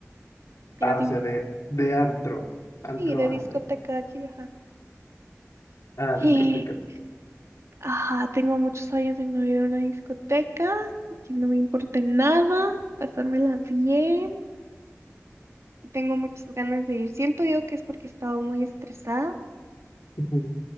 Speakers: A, on the right; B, on the left.
A: que
B: Ah,
A: no te
B: o
A: importa.
B: sea, de, de antro. Antro,
A: Y de
B: antro.
A: discoteca de aquí, ajá.
B: Ah,
A: Y,
B: discoteca.
A: ajá, tengo muchos años de no ir a una discoteca, que no me importe nada, pasármela bien. Y Tengo muchas ganas de ir. Siento yo que es porque he estado muy estresada
B: Ujú.